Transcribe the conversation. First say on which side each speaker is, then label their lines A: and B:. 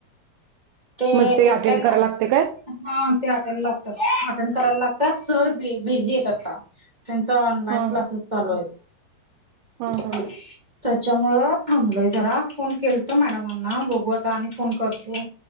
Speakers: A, on the right (about 20°); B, on the right (about 80°).
A: ते
B: मग अटेंड
A: एकट ना
B: करायला लागते काय
A: हा ते अटेंड लागतात अटेंड करायला लागतात. सर बी कोण आहे बिझी येत आता. त्यांच ऑनलाईन
B: हा
A: क्लासेस चालू आहेत.
B: हा
A: त्याच्यामुळ
B: हा
A: थांबलोय जरा. फोन केल त मॅडमांना बघू आता आणि फोन करतो,